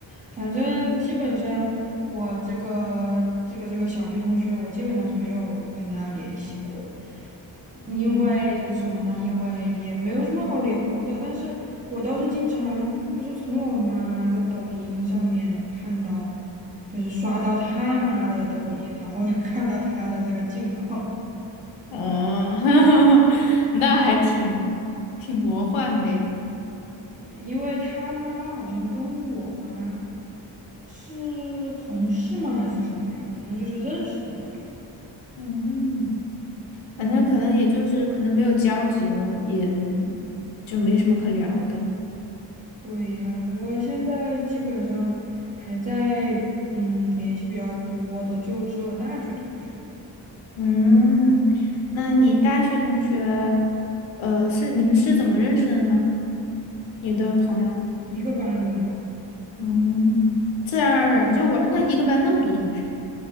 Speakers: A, on the right (about 15°); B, on the left (about 80°).
A: 反正基本上我这个这个这个小学同学，我基本上是没有跟他联系过，因为什么呢？
B: 嗯。
A: 因为也没有什么好聊的。但是我倒是经常就是从我妈的抖音上面看到，就是刷到他妈的抖音，然后 <laughs> 看到他的这个近况。
B: 哦，<laughs> 那还挺挺魔幻的。
A: 对，因为他妈好像跟我妈是同事吗？还是什么样？反正就是认识的那种。
B: 嗯，
A: 嗯，
B: 反正可能也就是可能没有交集了，也就没什么可聊的。
A: 对呀，我现在基本上还在嗯联系比较多的，就只有大学同学，
B: 嗯，那你大学同学，呃，是你们是怎么认识的呢？你的朋友，
A: 一个班的嘛。
B: 嗯，自然而然就玩，那一个班那么多同学，